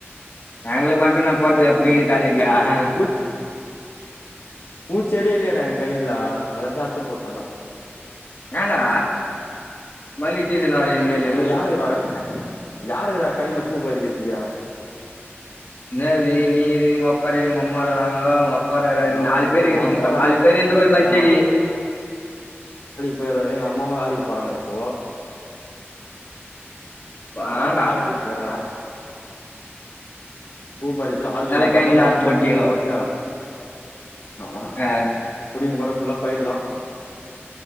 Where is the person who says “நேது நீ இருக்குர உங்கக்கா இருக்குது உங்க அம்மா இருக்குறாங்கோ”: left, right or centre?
Left